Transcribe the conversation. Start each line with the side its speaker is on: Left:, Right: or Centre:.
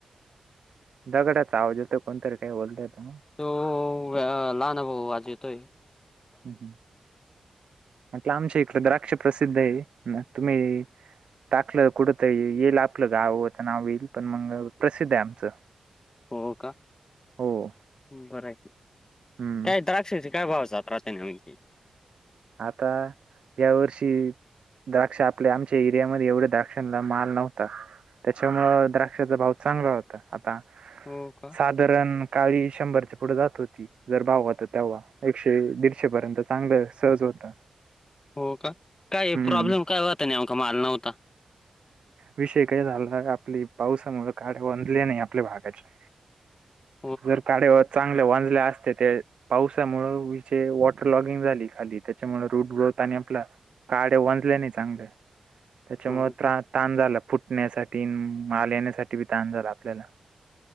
Right: दगडाचा आवज येतोय, कोणतरी काही बोलतय त म.
Left: तो अ लहाना भाऊ, वाजितो.
Right: ह्म ह्म, म्हटलं आमच्या इकड द्राक्ष प्रसिद्ध ये, तुम्ही टाकलं कुड त येईल आपलं गाव च नाव येईल, पण मग प्रसिद्ध ये आमचं.
Left: हो का?
Right: हो.
Left: बरंय,
Right: हम्म.
Left: काय द्रा क्षाचे काय भाव जात राहत्या नेमके?
Right: आता यावर्षी द्राक्ष आपल्या, आमच्या एरियामध्ये एवढ्या द्राक्षांना माल नव्हता. त्याच्यामुळ द्राक्षाचा भाव चांगला होता, आता.
Left: हो का?
Right: साधारण काळी शंभरच्या पुढ जात होती, जर भाव होता तेव्हा, एकशे दीडशे पर्यंतच चांगलं सहज होत.
Left: हो क? काय
Right: हम्म
Left: प्रॉब्लेम काय होता नेमका? माल नव्हता.
Right: विषय काय झालाता, आपली पावसामुळे काडया वंजल्या नाही, आपल्या बागाच्या.
Left: <inaudible>
Right: जर काडेवर चांगले वंजल्या असत्या ते. पावसामुळ विषय वॉटर लॉगिंग झाली खाली त्याच्यामुळे रूट ग्रोथ आणि आपला काड्या वंजल्या नाही चांगल्या. त्याच्यामुळे
Left: हो
Right: त्रा-
Left: का?
Right: ताण झाला. फुट टण्यासाठी, माल येण्यासाठी बी ताण झाला आपल्याला.